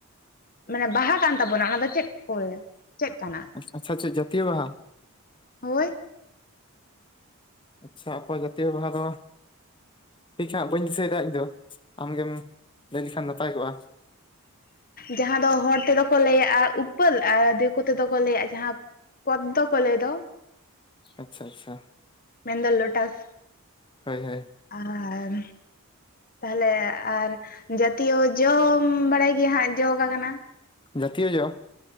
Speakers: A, on the left; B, on the left.
A: ᱢᱟᱱᱮ ᱵᱟᱦᱟ ᱠᱟᱱ ᱛᱟᱵᱚᱱᱟ ᱚᱱᱟ ᱫᱚ ᱪᱮᱫ ᱠᱚ ᱵᱚᱞᱮ ᱪᱮᱫ ᱠᱟᱱᱟ
B: ᱟᱪᱪᱷᱟ ᱟᱪᱪᱷᱟ ᱡᱟᱛᱤᱭᱚ ᱵᱟᱦᱟ
A: ᱦᱳᱭ
B: ᱟᱪᱪᱷᱟ ᱟᱠᱚᱣᱟᱜ ᱡᱟᱛᱤᱭᱚ ᱵᱟᱦᱟ ᱫᱚ ᱴᱷᱤᱠ ᱦᱟᱜ ᱵᱟᱹᱧ ᱫᱤᱥᱟᱹᱭ ᱮᱫᱟ ᱤᱧ ᱫᱚ ᱟᱢᱜᱮᱢ ᱞᱟᱹᱭ ᱞᱮᱠᱷᱟᱱ ᱱᱟᱯᱟᱭ ᱠᱚᱜᱼᱟ
A: ᱡᱟᱦᱟᱸ ᱫᱚ ᱦᱚᱲ ᱛᱮᱫᱚ ᱠᱚ ᱞᱟᱹᱭᱟᱜᱼᱟ ᱩᱯᱟᱹᱞ ᱟᱨ ᱫᱤᱠᱩ ᱛᱮᱫᱚ ᱠᱚ ᱞᱟᱹᱭᱟᱜᱼᱟ ᱡᱟᱦᱟᱸ ᱯᱚᱫᱫᱚ ᱠᱚ ᱞᱮ ᱫᱚ ᱾
B: ᱟᱪᱪᱷᱟ ᱟᱪᱪᱷᱟ
A: ᱢᱮᱱ ᱫᱚ ᱞᱳᱴᱟᱥ
B: ᱦᱳᱭ ᱦᱳᱭ
A: ᱟᱨ ᱛᱟᱦᱚᱞᱮ ᱟᱨ ᱡᱟᱛᱤᱭᱚ ᱡᱚ ᱵᱟᱲᱟᱭ ᱜᱮᱮ ᱦᱟᱸᱜ ᱡᱚ ᱠᱟᱱᱟ᱾
B: ᱡᱟᱹᱛᱤᱭ ᱡᱚ ᱾